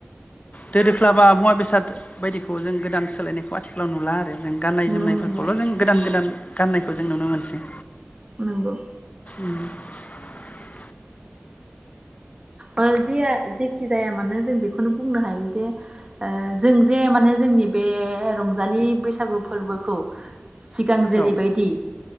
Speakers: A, on the left; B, on the right.
A: दो दोख्ला बा मुवा बेसाद बायदिखौ जों गोदान सोलायनायखौ आथिखालाव नुला आरो जों गाननाय
B: नुनो
A: जोमनायफोरखौल'
B: मोनो
A: जों गोदान
B: नंगौ
A: गोदान गाननाय खौ जों नुनो मोनसै
B: नोंगौ
A: <inaudible>
B: ओ जे-जेखि जाया मानो जों बेखौनो बुंनो हायो जे ओ जों जे माने जोंनि बे रंजालि बैसागु फोरबोखौ सिगां जेरैबायदि
A: औ